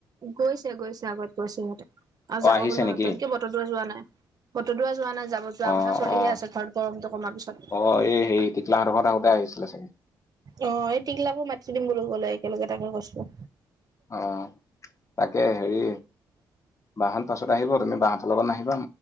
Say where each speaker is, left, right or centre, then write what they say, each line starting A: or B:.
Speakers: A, on the right; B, on the left.
A: গৈছে গৈছে আগত গৈছে সিহঁতে আৰু
B: অ
A: যাব
B: আহিছে
A: বোলে
B: নেকি
A: নতুনকে বতদোৱা যোৱা নাই। বতদোৱা যোৱা নাই যাব যোৱা
B: অ
A: কথা চলিহে
B: অ
A: আছে ঘৰত গৰম কমাৰ পিছত।
B: অ এই হেৰি টিকলাহঁতৰ ঘৰত আহোতে আহিছিলে চাগে
A: অ' এই তিকলাকো মাতি দিম বোলো গ'লে একেলগে তাকে কৈছোঁ।
B: অ' তাকে হেৰি বা হঁত পাছত আহিব তুমি বা হঁতৰ লগত নাহিবা